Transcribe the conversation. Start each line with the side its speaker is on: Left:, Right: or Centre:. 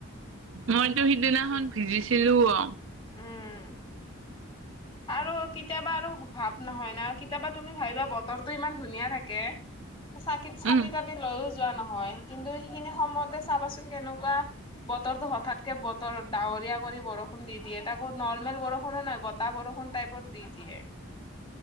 Right: মইতো সিদিনাখন ভিজিছিলো অ'।
Left: উম, আৰু কেতিয়াবা আৰু ভাব নহয় না, কেতিয়াবা তুমি ভাবিবা বতৰটো ইমান ধুনীয়া থাকে। চাকিত চাতি
Right: উম
Left: তাতি লৈও যোৱা নহয় কিন্তু সেইখিনি সময়তে চাবাচোন কেনেকুৱা বত বতৰটো হঠাতকে বতৰ ডাৱৰীয়া কৰি বৰষুণ দি দিয়ে। তাকো নৰ্মেল বৰষুণো নাই বতাহ বৰষুণ টাইপত দি দিয়ে।